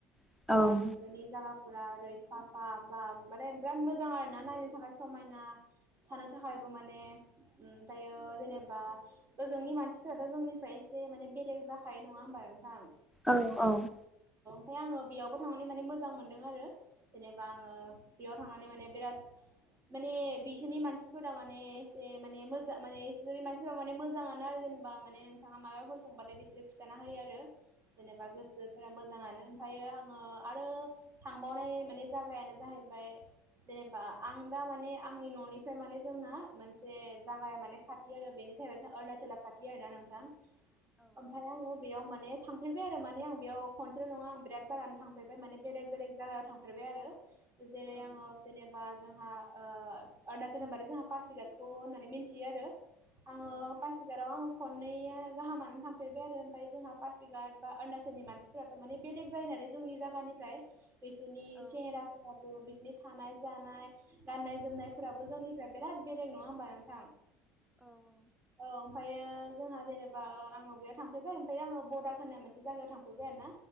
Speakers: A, in the centre; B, on the right.
A: औ
B: जोंहा बेफोरनि जा फुरा ओरै साफा बा माने बिराद मोजां आरो ना नायनो थाखाय समायना थानो थाखायबो माने ओमफ्रायो जेनेबा गोजौनि मानसिफोराथ' जोंनिफ्राय एसे माने बेलेग जा खायो नङा होमबा नोंथां।
A: औ औ।
B: ओमफाय आङो बेयावबो थांनानै माने मोजां मोनदों आरो जेनेबा आङो बेयाव थांनानै माने बिराद माने बिसोरनि मानसिफोरा माने एसे माने मोजां माने बिसोरनि मानसिफोरा माने मोजाङानो आरो। जेनेबा माने नोंथाङा माबाफोर सोंबाथाय बिसोर हिथाना होयो आरो जेनेबा गोसोफोरा मोजाङानो ओमफ्रायायो ओ आरो थांबावनाय मानेजागायानो जाहैबाय जेनेबा आं दा माने आंनि न'निफ्राय माने जोंना मोनसे जागाया माने खाथि आरो बेनो जाहैबायों जाहा अरुणाचला खाथि आरोना नों नोंथां ओमफ्राय आंङो माने थांफेरबाय आरो माने आं बेयाव खनसेल' नङा आं बिराद बारानो थांफेरबाय माने बेलेग बेलेग जायगायाव थांफेरबाय आरो जेरै आंङो जेनेबा जोंहा ओ अरुणाचल होनबाथाय जोंहा पासिघातखौ होननानै मिन्थियो आरो। ओ आंङो पासिघाटयाव आंङो खननैय गाहामानो थांफेरबाय आरो। ओमफाय जोंहा पासिघाट बा अरुणाचलनि मानसिफोराथ' माने बेलेग जायोनालाय जोंनि जायगानिफ्राय बिसोरनि चेहेराफोराबो बिसोरनि थानाय जानाय गाननाय जोमनायफोराबो जोंनिफ्राय बिराद बेलेख नङा होमबा नोंथां? औ ओमफ्रायो जोंहा जेनेबा ओ आं बेयाव थां थांफैबाय ओमफ्राय आंङो बडाग होननाय मोनसे जायगायाव थांफेरबाय आरो ना